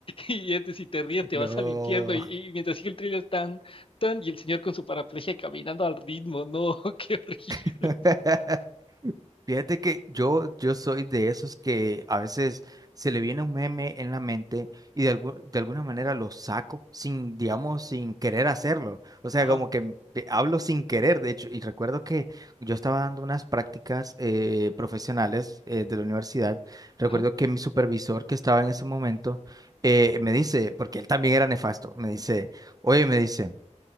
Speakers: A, on the left (about 45°); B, on the right (about 30°).
A: y este, si te ríes te
B: no.
A: vas al infierno y, y mientras sigue el thriller tan, tan, y el señor con su paraplegia caminando al ritmo, no, <laughs> qué horrible.
B: <laughs> Fíjate que yo, yo soy de esos que a veces se le viene un meme en la mente y de, algu- de alguna manera lo saco sin, digamos, sin querer hacerlo. O sea,
A: Ajá,
B: como que m- de- hablo sin querer, de hecho. Y recuerdo que yo estaba dando unas prácticas eh, profesionales eh, de la universidad. Recuerdo
A: ajá,
B: que mi supervisor que estaba en ese momento eh, me dice, porque él también era nefasto, me dice, oye, me dice.